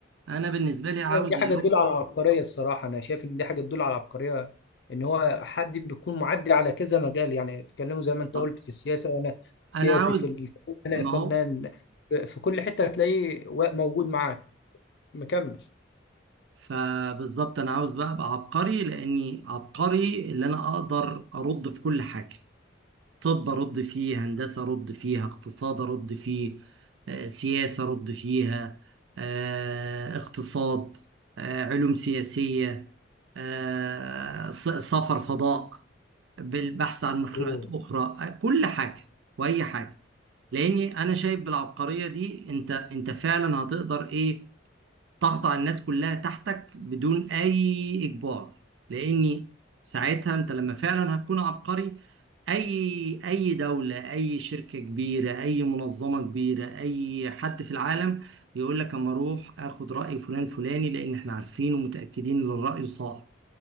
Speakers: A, on the right; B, on the left.
A: انا بالنسبة لي عاوز
B: يعني دي حاجه
A: اللي
B: تدل
A: هو
B: على عبقريه الصراحه انا شايف ان دي حاجه تدل على عبقريه ان هو حد بيكون معدي على كذا مجال يعني اتكلموا زي ما انت
A: طب
B: قلت في السياسه انا سياسي
A: انا عاوز
B: في ال... انا
A: ما
B: فنان
A: هو
B: في كل حته هتلاقيه وا- موجود معاك مكمل
A: فبالظبط انا عاوز بقى ابقى عبقري لاني عبقري اللي انا اقدر ارد في كل حاجه طب ارد فيه هندسه ارد فيها اقتصاد ارد فيه آه، سياسه ارد فيها آه، اقتصاد آه، علوم سياسيه آه، س- سفر فضاء بالبحث عن مخلوقات
B: اوه
A: اخرى آه، كل حاجه واي حاجه لاني انا شايف بالعبقريه دي انت انت فعلا هتقدر ايه ضغط على الناس كلها تحتك بدون اي اجبار لاني ساعتها انت لما فعلا هتكون عبقري اي اي دولة اي شركة كبيرة اي منظمة كبيرة اي حد في العالم يقول لك اما اروح اخد رأي فلان فلاني لان احنا عارفين ومتأكدين ان الرأي صائب